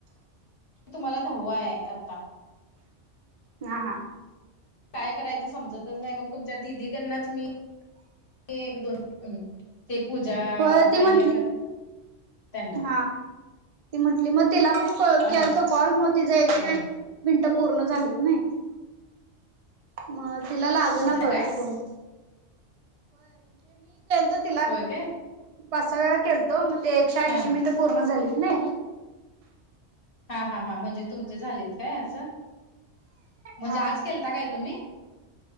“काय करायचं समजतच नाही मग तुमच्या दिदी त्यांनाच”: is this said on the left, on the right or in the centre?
Left